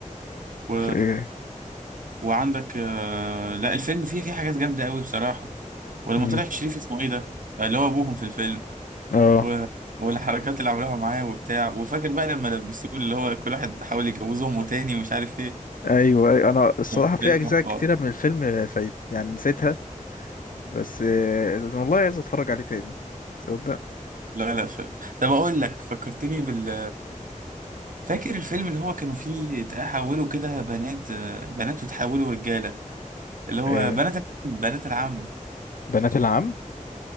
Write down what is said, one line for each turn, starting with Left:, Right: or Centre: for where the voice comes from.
Right: و...
Left: شيء
Right: وعندك آه، لا الفيلم فيه فيه حاجات جامده قوي بصراحه ولما
Left: امم
Right: طلع شريف اسمه ايه ده اللي هو ابوهم في الفيلم
Left: اه
Right: و... والحركات اللي عملوها معاه وبتاع وفاكر بقى لما لبسوه اللي هو كل واحد حاول يجوزه امه تاني ومش عارف ايه
Left: ايوه أيوة. انا الصراحه
Right: كان
Left: في
Right: فيلم
Left: اجزاء
Right: حوار
Left: كتيره من الفيلم فايت يعني نسيتها بس آه، والله عايز اتفرج عليه تاني تصدق
Right: لا لا فيلم طب اقول لك فكرتني بال فاكر الفيلم اللي هو كانوا فيه تحولوا كده بنات آه، بنات وتحولوا رجالة اللي هو
Left: آه.
Right: بنات العم- بنات العم
Left: بنات العم